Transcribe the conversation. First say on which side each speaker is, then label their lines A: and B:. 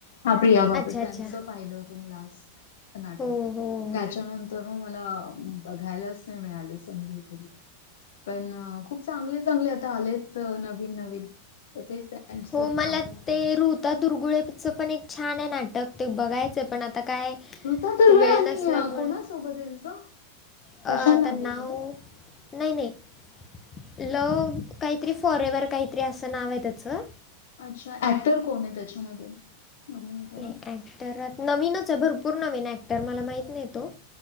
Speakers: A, on the left (about 60°); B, on the left (about 20°).
A: हा प्रिया बापट
B: अच्छा
A: त्यांचं
B: अच्छा
A: पाहिलं होतं मी लास्ट नाटक
B: हो हो
A: त्याच्यानंतर मग मला बघायलाच नाही मिळालं संधी कधी पण खूप चांगले चांगले आता आलेत नवीन नवीन तर तेच त्यांचं
B: हो मला
A: पाहायला पाहिजे.
B: ते रूत ऋता दुर्गुळेचं पण एक छान हाय नाटक ते बघायचंय पण आता काय
A: ऋता तर
B: ते वेळ
A: व्हय आणि
B: नसल्यामुळे
A: कोणा सोबत आहे तिचं प्रशांत
B: अ आता
A: दामलेसोबत?
B: नाव नाही नाही लव काहीतरी फॉरेवर काहीतरी असं नाव आहे त्याचं
A: अच्छा ऍक्टर कोण हाय त्याच्यामध्ये अभिनेता?
B: नाही ऍक्टरात नवीनच आहे भरपूर नवीन ऍक्टर मला माहित नाही. तो,